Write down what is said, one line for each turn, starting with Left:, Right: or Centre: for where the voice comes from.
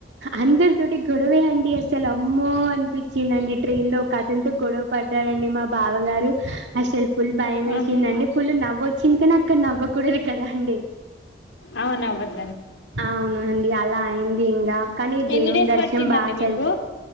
Right: అందరితోటి గొడవే అండి అసలు అమ్మో అనిపించిందండి ట్రైన్ లో ఒక అతంతో గొడవ పడ్డారుడి మా బావ గారు అసలు ఫుల్ భయం వేసిందండి
Left: ఆహా.
Right: ఫుల్లు నవ్వచ్చు చింత నకాన నవ్వకూడదు కదా అండి
Left: అవునవుద్
Right: అవును చాలా అయింది ఇంకా కానీ
Left: ఎన్ని
Right: దేవుని
Left: డేస్
Right: దర్శనం
Left: పట్టిందండి
Right: బాగా చది
Left: మీకు